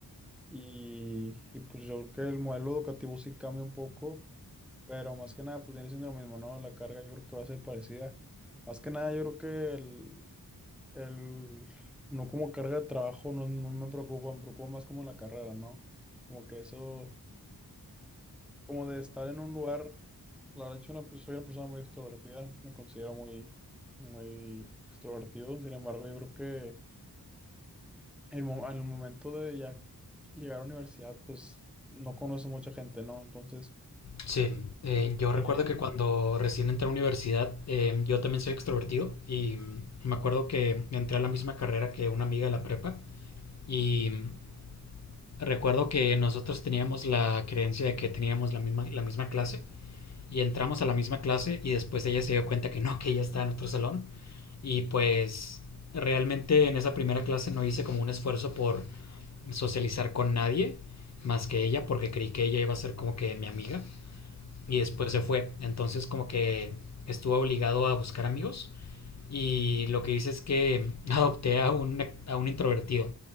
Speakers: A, in the centre; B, on the left.
A: Y, y pues yo creo que el modelo educativo sí cambia un poco, pero más que nada, pues viene siendo lo mismo, ¿no? La carga yo creo que va a ser parecida. Más que nada, yo creo que el, el, no como carga de trabajo, no, no me preocupa, me preocupa más como la carrera, ¿no? Como que eso, como de estar en un lugar, la verdad, yo soy una, pe- soy una persona muy extrovertida, me considero muy, muy extrovertido, sin embargo, yo creo que el, mo- al momento de ya llegar a la universidad, pues no conoce mucha gente, ¿no? Entonces,
B: Sí, eh,
A: este,
B: yo recuerdo que cuando recién entré a la universidad, eh, yo también soy extrovertido y mm, me acuerdo que entré a la misma carrera que una amiga de la prepa y mm, recuerdo que nosotros teníamos la creencia de que teníamos la misma, la misma clase y entramos a la misma clase y después ella se dio cuenta que no, que ella estaba en otro salón y pues realmente en esa primera clase no hice como un esfuerzo por socializar con nadie más que ella porque creí que ella iba a ser como que mi amiga y después se fue. Entonces como que estuvo obligado a buscar amigos y lo que hice es que <laughs> adopté a un, e, a un introvertido.